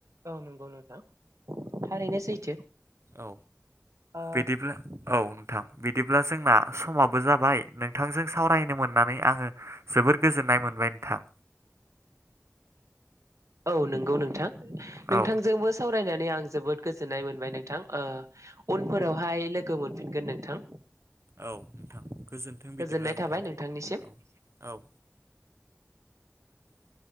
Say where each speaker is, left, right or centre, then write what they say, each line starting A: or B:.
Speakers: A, on the right; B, on the right.
A: औ नंगौ नोंथां थारैनो सैथो।
B: औ
A: ओ
B: बिदिब्ला औ नोंथां बिदिब्ला जोंना समाबो जाबाय नोंथांजों सावरायनो मोननानै आङो जोबो जोबोर गोजोननाय मोनबाय नोंथां
A: औ नंगौ नोंथां नोंथांजोंबो
B: औ।
A: सावरायनानै आं जोबोद गोजोन्नाय मोनबाय नोंथां ओ उनफोरावहाय लोगो मोनफिनगोन नोंथां
B: औ नोंथां गोजोन्थों
A: गोजोननाय
B: बिदिब्ला नोंथां
A: थाबाय नोंथांनिसिम
B: औ औ <inaudible>